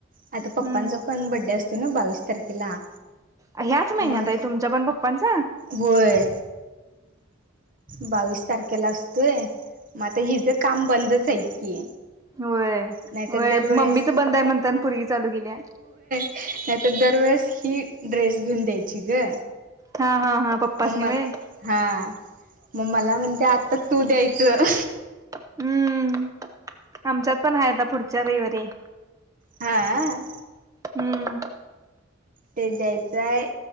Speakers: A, on the right (about 45°); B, on the right (about 15°).
A: आता पप्पांच
B: हम्म
A: पण बड्डे असतोय ना बावीस तारखेला.
B: ह्याच महिन्यात
A: म
B: आहे तुमच्या पण पप्पांच?
A: होय, ‌बावीस तारखेला असतोय. म आता हिजं काम बंदच हाय की.
B: होय होय.
A: नाहीतर दरवेळेस
B: मम्मीच बंद आहे म्हणताना पोरगी चालू केल्या.
A: नाही तर दरवेेळेस ही ड्रेस घेऊन द्यायची ग.
B: हा हा हा. पप्पासनी
A: मग म
B: होय.
A: हा, मग मला म्हणत्या आत्ता तू द्यायचं.
B: हम्म. आमच्यात पण हाय आता पुढच्या रविवारी.
A: हां.
B: हम्म.
A: ते द्यायचं आहे,